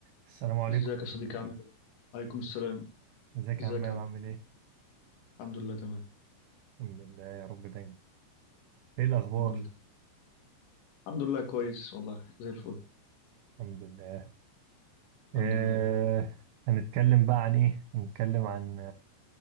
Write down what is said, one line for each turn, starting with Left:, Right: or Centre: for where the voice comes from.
Right: السلام عليكم
Left: ازيك يا صديقي عامل ايه؟ عليكم السلام
Right: ازيك
Left: ازيك
Right: يا عمام
Left: يا عبد
Right: عامل ايه
Left: الحمد لله تمام
Right: الحمد لله يا رب دايما ايه الاخبار
Left: الحمد لله الحمد لله كويس والله زي الفل
Right: الحمد لله آه
Left: الحمد لله
Right: هنتكلم بقى عن ايه هنتكلم عن